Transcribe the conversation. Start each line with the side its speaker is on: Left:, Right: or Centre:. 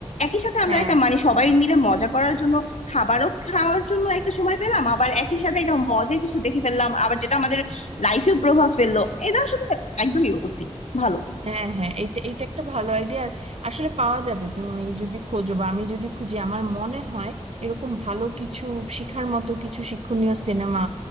Left: একই সাথে আমরা
Right: হ্যাঁ
Left: একটা মানে সবাই মিলে মজা করার জন্য খাবারও খাওয়ার জন্য একটা সময় পেলাম আবার একই সাথে একটা মজার কিছু দেখে ফেললাম আবার যেটা আমাদের লাইফেও প্রভাব ফেললো এটা আসলে একদমই অতি ভালো
Right: হ্যাঁ হ্যাঁ এটা এটা একটা ভালো আইডিয়া আসলে পাওয়া যাবে তুমি যদি খোঁজো বা আমি যদি খুঁজি আমার মনে হয় এরকম ভালো কিছু শিখার মতো কিছু শিক্ষণীয় সিনেমা